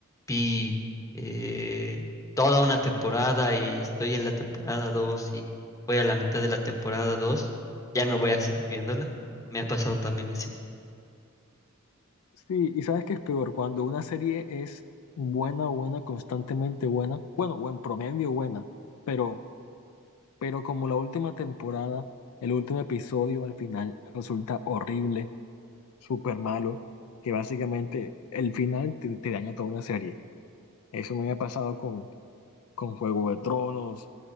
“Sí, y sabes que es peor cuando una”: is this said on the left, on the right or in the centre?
Left